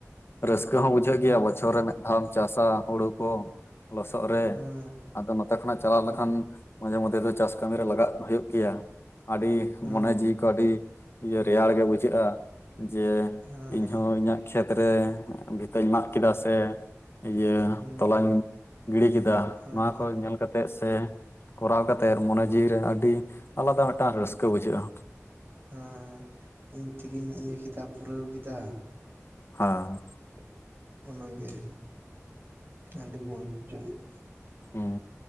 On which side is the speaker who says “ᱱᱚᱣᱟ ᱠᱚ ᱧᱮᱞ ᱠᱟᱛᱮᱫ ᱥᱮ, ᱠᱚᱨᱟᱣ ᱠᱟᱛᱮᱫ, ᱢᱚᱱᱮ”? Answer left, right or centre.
Left